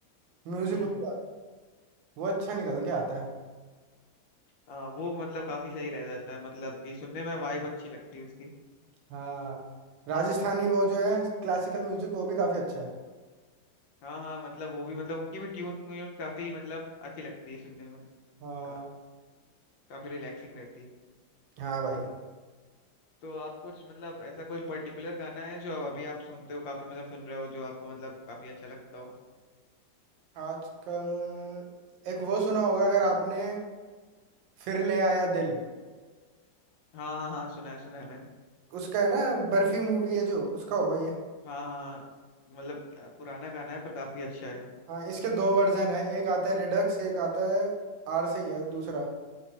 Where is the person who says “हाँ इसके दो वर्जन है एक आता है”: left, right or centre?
Right